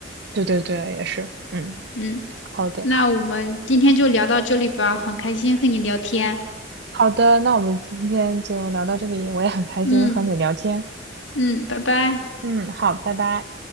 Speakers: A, on the right; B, on the left.
A: 对对对，也是，嗯，
B: 嗯，
A: 好的
B: 那我们今天就聊到这里吧，很开心和你聊天。
A: 好的，那我们今天就聊到这里，我也很开心和你聊天，
B: 嗯。嗯，拜拜。
A: 嗯，好，拜拜。